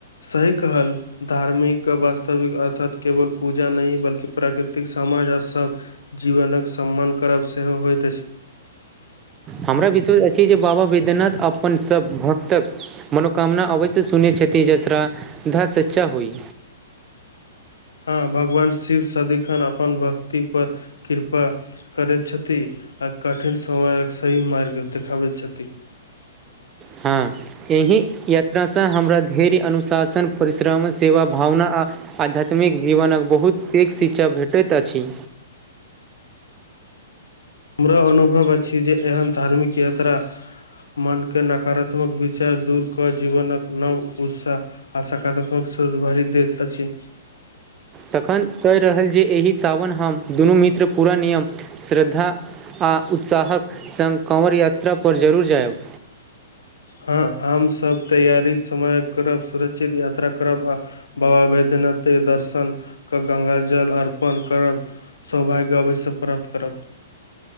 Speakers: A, on the left; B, on the right.
A: सही कहल धार्मिक वास्तविक अर्थात केवल पूजा नहि बल्कि प्राकृतिक समाज आ सब जीवनक सम्मान करब सेहो होइत अछि
B: हमरा विश्वास अछि जे बाबा बैद्यनाथ अपन सभ भक्तक मनोकामना अवश्य सुनै छथि जे श्रद्धा सच्चा होइ
A: हँ भगवान शिव सदिखन अपन भक्तिपर कृपा करैत छथि आ कठिन समयक सही मार्ग देखाबैत छथि
B: हां एहि यात्रासँ हमरा धैर्य अनुशासन परिश्रम सेवा भावना आ आध्यात्मिक जीवनक बहुत पैघ शिक्षा भेटैत अछि
A: हमरो अनुभव अछि जे एहन धार्मिक यात्रा मनके नकारात्मक विचार दूर कऽ जीवनक नव उत्साह आ सकारात्मक सोच भरि दैत अछि
B: तखन कहि रहल जे एहि सावन हम दुनू मित्र पूरा नियम श्रद्धा। आ उत्साहक सङ्ग काँवर यात्रापर जरूर जायब।
A: हँ हमसभ तैयारी समय करब सुरक्षित यात्रा करब आ बाबा बैद्यनाथे दर्शन कर गङ्ंगा जल अर्पन करब। सौभाग्य अवश्य प्राप्त करब।